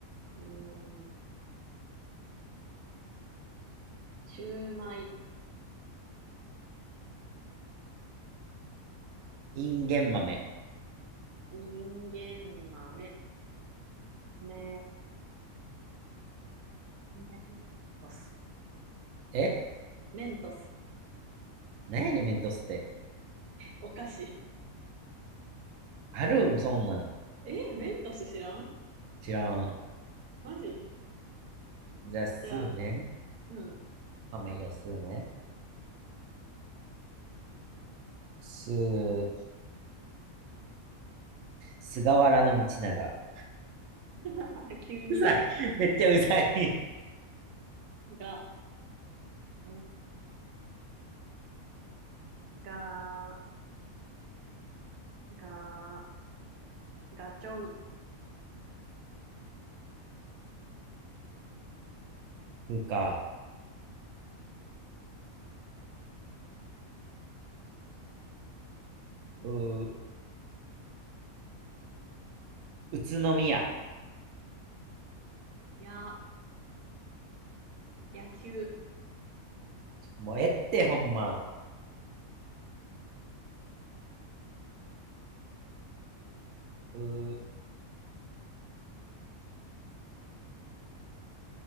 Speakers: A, on the right (about 85°); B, on the right (about 70°).
A: うーん、シューマイ、
B: インゲン豆。
A: 人間豆、メ、メントス、
B: え
A: メントス、
B: なんやねん、メントスって。
A: お菓子。
B: あるん、そんなん。
A: え、メントス知らん
B: 知らん。
A: マジ
B: じゃあ、すーね。
A: じゃあ、うん。
B: まあまあいいや、すーね。すー、菅原道長。
A: <laughs> 急に歴史
B: うざい。めっちゃうざい。
A: が、んが、が、ガチョウ、
B: うんか。うー、宇都宮。
A: や、野球、
B: もうえってほんま。うー、